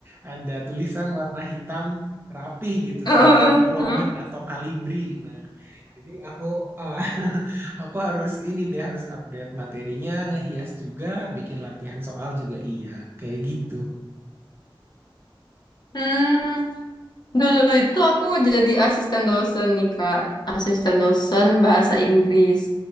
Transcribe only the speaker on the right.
ada tulisan warna hitam rapih gitu,
Times New Roman atau Calibri. Nah, jadi aku eh, <laughs> aku harus ini deh harus update materinya, ngehias juga, bikin latihan soal juga iya, kayak gitu.